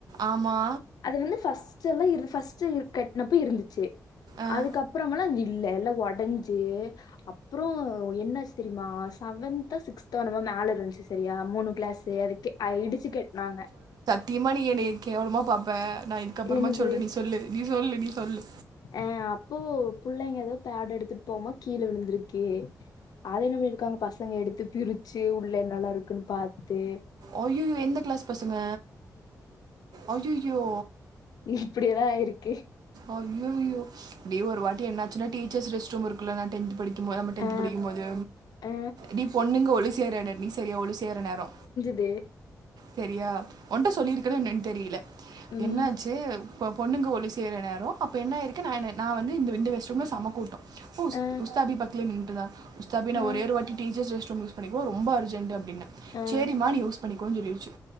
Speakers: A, on the right (about 80°); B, on the left (about 75°).
A: ஆமா
B: அது வந்து ஃபஸ்ட்டெல்லா இரு ஃப்ஸ்ட்டு கட்னப்ப இருந்துச்சி
A: ஆ
B: அதுக்கப் பறமல்லா இங்க இல்ல எல்லா ஒடஞ்சி அப்பறோ என்னாச்சி தெரியுமா செவன்த் தோ சிக்ஸ்த்தோ என்னமோ மேல இருந்துச்சி சரியா மூணு கிளாஸ் அத கெ அத இடிச்சி கெட்னாங்க
A: தீகமா நீ என்னய கேவலமா பாப்ப நா இதுக்கப்பறமா
B: என்னது?
A: சொல்றே நீ சொல்லு நீ சொல்லு நீ சொல்லு
B: ஆ அப்போ புள்ளைங்க ஏதோ பேடு எடுத்துட்டு போம்போது கீழ விழுந்திருக்கு அத என்ன பண்ணிருக்காங்க பசங்க எடுத்து பிரிச்சி உள்ள என்னெல்லா இருக்குன்னு பாத்து
A: அய்யய்யோ எந்த கிளாஸ் பசங்க அய்யய்யோ
B: இப்டியெல்லா ஆயிருக்கு
A: அய்யய்யோ டே ஒரு வாட்டி என்னாச்சின்னா டீச்சர்ஸ் ரெஸ்ட் ரூம் இருக்குல்ல நா டென்த்து படிக்கும் போது நம்ம டென்த்து
B: ஆ,
A: படிக்கும்போது
B: ஆ
A: டி பொண்ணுங்க ஒழி செய்ற எடோ நீ சரியா ஒழி செய்ற நேரோ
B: தே
A: செரியா ஒன்ட்ட சொல்லிருக்கென என்னன்னு தெரியல
B: ம்.
A: என்னாச்சி அப்ப பொண்ணுங்க ஒழி செய்ற நேரோ அப்ப என்னாயிருக்கு நானு நா வந்து இந்த இந்த ரெஸ்ட் ரூம்ல செம கூட்டோ உ
B: அ,
A: உஸ்தாபி பக்கத்துலயே நின்னுட்ருந்தா உஸ்தாபி
B: அ,
A: நா ஒரே ஒரு வாட்டி டீச்சர்ஸ் ரெஸ்ட் ரூம் யூஸ் பண்ணிக்கவா ரொம்ப அர்ஜன்ட்டு அப்டின்னே
B: அ,
A: சேரிமா நீ யூஸ் பண்ணிக்கோன்னு சொல்லிருச்சி